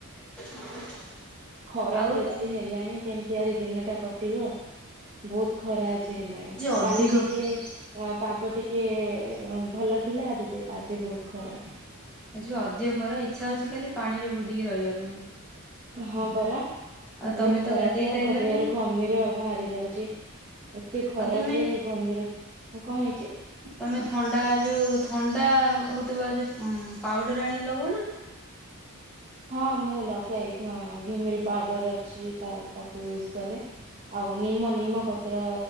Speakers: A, in the centre; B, on the right.
A: <unintelligible>
B: ଖରା
A: ଆଉ
B: ତ
A: ତମ
B: ଏତେ ହେଲାଣି କେମତି ଆଜି ଦିନଟା କଟିବ। ଭୋଉତ ଖରା ଆଜି ହେଲାଣି
A: ଅଧିକ
B: କାଲି ଟିକେ
A: ପଡିଛି।
B: ଅ ପାଗ ଟିକେ ଭଲ ଥିଲା ଆଜି ଦେ ଆଜି ଭୋଉତ ଖରା
A: ଆଜିି ପା ଅଧିକ ଖରା ଇଚ୍ଛା ହଉଛି ଖାଲି ପାଣିରେ ବୁଡିକି ରହିବା ପାଇଁ।
B: ହଁ ପରା
A: ଆଉ
B: ଭୋଉତ
A: ତମେ ତ
B: ଖରା
A: ଗାଧେଇ
B: ପା
A: ସାରିଲଣି
B: ଆଙ୍କ ଦେହରୁ ଘମିର ଭାରି ଯାଉଛି। ଏତେ ଖରା
A: ଆଉ ତମେ
B: ଯେ ଘମିର ଙ୍କ ହେଇଛି?
A: ତମେ ଥଣ୍ଡା ଯୋଉ ଥଣ୍ଡା ହୋଉଥିବା ଯୋଉ ପାଉଡର ଆଣିକି ଲଗଉନା।
B: ହଁ ମୁଁ ଲଗାଏ ଘ ଘିମିରି ପାଉଡର ଅଛି ତା ତାକୁ ୟୁଜ କରେ। ଆଉ ନିମ ନିମ ପତ୍ର